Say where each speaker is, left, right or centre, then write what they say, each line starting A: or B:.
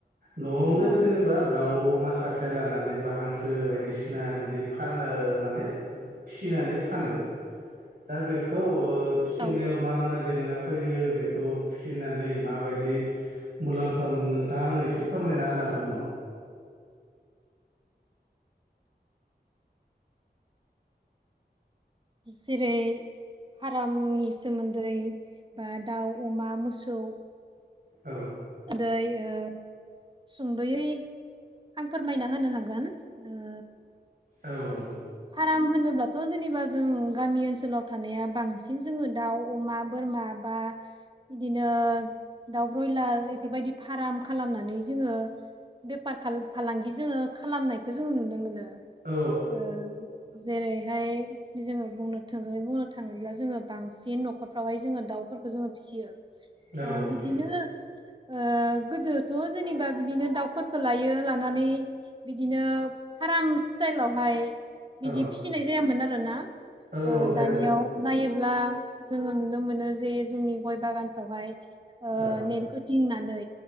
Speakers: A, on the right (about 55°); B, on the right (about 25°).
A: न'आवनो
B: औ
A: जेनेबा दाउ माखासे लानानै बा हांसो बायदिसिना बिदि फानो माने फिनानै फानो दा बेखौ ओ फिनायाव
B: औ
A: मा मा जेंना फैयो बेखौ फिसिनानै माबायदि मुलाम्फा मोनो नोंथाङा आंनो एसे फोर मायना होनो हागोन नामा?
B: जेरै फार्मनि सोमोन्दै बा दाउ अमा मोसौ
A: औ
B: दै ओ सुंद'यै आं फोरमायना होनो हागोन ओ
A: औ औ
B: फार्म होनोब्लाथ' जेनेबा जों गामि ओनसोलाव थानाया बांसिन जोङो दाउ अमा बोर माबा बिदिनो दाउ ब्रयलार बेफोरबायदि फार्म खालामनानै जोङो बेफार फालांगि जोङो खालामनायखौ जोङो नुनो मोनो
A: औ
B: ओ जेरैहाय जोङो बुंनो थोंजोङै बुंनो थाङोब्ला जोङो बांसिन न'खरफ्रावहाय जोङो दाउफोर खौ जोङो फिसियो
A: औ
B: ओ
A: औ
B: बिदिनो
A: फिसियो
B: ओ गोदोथ' जेनेबा बिदिनो दाउफोरखौ लायो लानानै बिदिनो फार्म स्टाइलावहाय बिदि
A: औ
B: फिसिनाय जायामोन आरो ना
A: औ औ
B: ओ
A: जायामोन
B: दानियाव नायो ब्ला जोङो नुनो मोनो जे जोंनि गय बागानफ्रावहाय ओ
A: औ
B: नेट हो थिंनानै